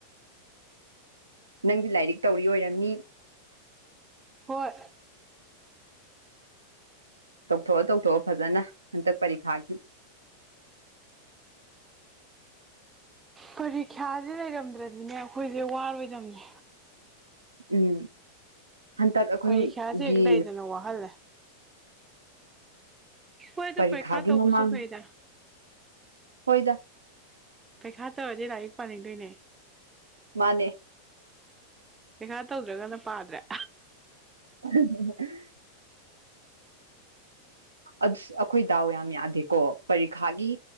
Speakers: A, on the right (about 80°); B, on the right (about 15°).
A: ꯅꯪꯗꯤ ꯂꯥꯏꯔꯤꯛ ꯇꯧꯔꯤ ꯑꯣꯏꯔꯝꯅꯤ
B: ꯍꯣꯏ
A: ꯇꯧꯊꯣꯛꯑꯣ ꯇꯧꯊꯣꯛꯑꯣ ꯐꯖꯅ ꯍꯟꯇꯛ ꯄꯔꯤꯈꯥꯒꯤ
B: ꯄꯔꯤꯈ꯭ꯌꯥꯁꯦ ꯂꯩꯔꯝꯗ꯭ꯔꯗꯤꯅꯦ ꯑꯩꯈꯣꯏꯁꯦ ꯋꯥꯔꯣꯏꯗꯝꯅꯦ
A: ꯎꯝ ꯍꯟꯇꯛ ꯑꯩꯈꯣꯏꯒꯤ
B: ꯄꯔꯤꯈ꯭ꯌꯥꯁꯦ ꯍꯦꯛ ꯂꯩꯗꯅ ꯋꯥꯍꯜꯂꯦ ꯍꯣꯏꯗ
A: ꯄꯔꯤꯈꯥꯒꯤ
B: ꯄꯔꯤꯈꯥ ꯇꯧꯕꯁꯨ
A: ꯃꯃꯥꯡ
B: ꯐꯩꯗ
A: ꯍꯣꯏꯗ
B: ꯄꯩꯈꯥ ꯇꯧꯔꯗꯤ ꯂꯥꯏꯔꯤꯛ ꯄꯥꯅꯤꯡꯗꯣꯏꯅꯦ
A: ꯃꯥꯅꯦ
B: ꯄꯩꯈꯥ ꯇꯧꯗ꯭ꯔꯒꯅ ꯄꯥꯗ꯭ꯔꯦ
A: <unintelligible> ꯑꯩꯈꯣꯏ ꯗꯥꯎ ꯌꯥꯝ ꯌꯥꯗꯦꯀꯣ ꯄꯔꯤꯈꯥꯒꯤ